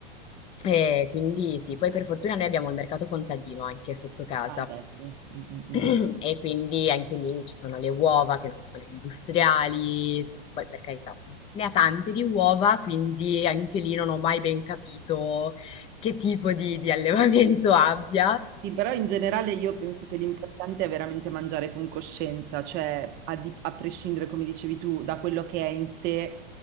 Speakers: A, on the left (about 20°); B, on the right (about 35°).
A: E quindi sì, poi per fortuna noi abbiamo il mercato contadino anche sotto casa.
B: Ah, bello. Mm, mm, mm.
A: <clears throat> E quindi anche lì ci sono le uova che non sono industriali, son- poi per carità ne ha tante di uova, quindi anche lì non ho mai ben capito che tipo di, di allevamento <laughs> abbia.
B: Sì, però in generale io penso che l'importante è veramente mangiare con coscienza, cioè a, di- a prescindere, come dicevi tu, da quello che è in sé,